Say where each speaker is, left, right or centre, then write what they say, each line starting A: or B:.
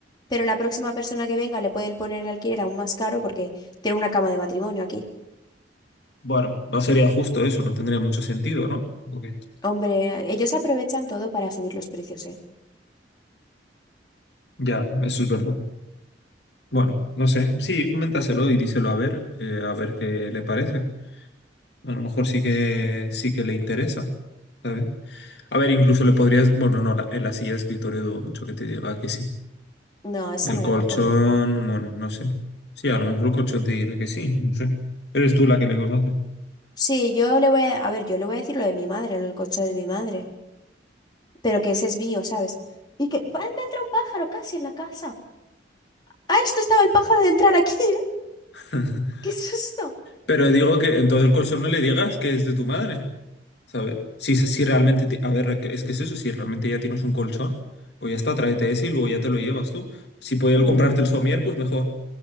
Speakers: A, on the left (about 25°); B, on the left (about 65°).
A: pero la próxima persona que venga le puede poner el alquiler aún más caro porque tiene una cama de matrimonio aquí.
B: Bueno, no sería justo eso, no tendría mucho sentido, ¿no? Ok.
A: Hombre, ellos aprovechan todo para subir los precios, ¿eh?
B: Ya, eso es verdad. Bueno, no sé. Sí, coméntaselo y díselo a ver, eh, a ver qué le parece. A lo mejor sí que sí que le interesa, ¿sabes? A ver, incluso le podrías, bueno, no, la- en la silla de escritorio dudo mucho que te diga que sí.
A: No, esa
B: El
A: me
B: colchón,
A: la cojo yo.
B: bueno, no sé. Sí, a lo mejor el colchón te dirá que sí, no sé. Eres tú la que le conoce.
A: Sí, yo le voy a... A ver, yo le voy a decir lo de mi madre, lo del colchón de mi madre, pero que ese es mío, ¿sabes? Y que... ¡Ah, me entra un pájaro casi en la casa! ¡Ah, esto estaba el pájaro de entrar aquí! ¿eh?
B: <laughs>
A: ¡Qué susto!
B: Pero digo que entonces el colchón no le digas que es de tu madre, ¿sabes? Si, si realmente, ti- a ver, es que es eso, si realmente ya tienes un colchón, pues ya está, tráete ese y luego ya te lo llevas tú. Si pudiera
A: Claro,
B: comprarte el somier, pues mejor.